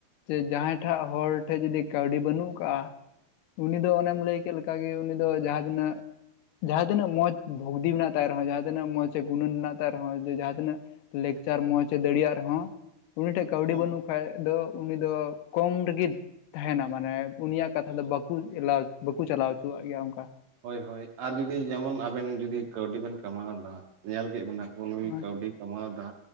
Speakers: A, on the left; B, on the right.
A: ᱡᱮ ᱡᱟᱦᱟᱸᱭ ᱴᱷᱟᱜ ᱦᱚᱲ ᱴᱷᱮᱡ ᱡᱚᱫᱤ ᱠᱟᱹᱣᱰᱤ ᱵᱟᱹᱱᱩᱜ ᱠᱟᱜ-ᱟ ᱩᱱᱤ ᱫᱚ ᱚᱱᱮᱢ ᱞᱟᱹᱭ ᱠᱮᱫ ᱞᱮᱠᱟ ᱜᱮ ᱩᱱᱤ ᱫᱚ ᱡᱟᱦᱟᱸ ᱛᱤᱱᱟᱹᱜ ᱡᱟᱦᱟᱸ ᱛᱤᱱᱟᱹᱜ ᱢᱚᱸᱡᱽ ᱵᱷᱩᱜᱫᱤ ᱢᱮᱱᱟᱜ ᱛᱟᱭ ᱨᱮᱦᱚᱸ, ᱡᱟᱦᱟᱸ ᱛᱤᱱᱟᱹᱜ ᱢᱚᱸᱡᱽ ᱮ ᱜᱩᱱᱟᱹᱱ ᱢᱮᱱᱟᱜ ᱛᱟᱭ ᱨᱮᱦᱚᱸ, ᱡᱮ ᱡᱟᱦᱟᱸ ᱛᱤᱱᱟᱹᱜ ᱞᱮᱠᱪᱟᱨ ᱢᱚᱸᱡᱽᱮ ᱫᱟᱲᱮᱭᱟᱜ ᱨᱮᱦᱚᱸ, ᱩᱱᱤ ᱴᱷᱮᱡ ᱠᱟᱹᱣᱰᱤ
B: ᱦᱩᱸ
A: ᱵᱟᱹᱱᱩᱜ ᱠᱷᱟᱡ ᱫᱚ ᱩᱱᱤ ᱫᱚ ᱠᱚᱢ ᱨᱮᱜᱮ ᱛᱟᱦᱮᱸᱱᱟ ᱢᱟᱱᱮ ᱩᱱᱤᱭᱟᱜ ᱠᱟᱛᱷᱟ ᱫᱚ ᱵᱟᱠᱚ ᱮᱞᱟᱣ, ᱵᱟᱠᱚ ᱪᱟᱞᱟᱣ ᱦᱚᱪᱚᱣᱟᱜ ᱜᱮᱭᱟ ᱚᱝᱠᱟ᱾
B: ᱦᱳᱭ ᱦᱳᱭ, ᱟᱨ ᱡᱩᱫᱤ ᱡᱮᱢᱚᱱ ᱟᱵᱮᱱ ᱡᱩᱫᱤ ᱠᱟᱹᱣᱰᱤ ᱵᱮᱱ ᱠᱟᱢᱟᱣᱟᱭᱮᱫᱟ ᱧᱮᱞ ᱠᱮᱫ ᱵᱮᱱᱟ <unintelligible>
A: ᱦᱳᱭ
B: ᱠᱟᱹᱣᱰᱤᱭ ᱠᱟᱢᱟᱣᱮᱫᱟ,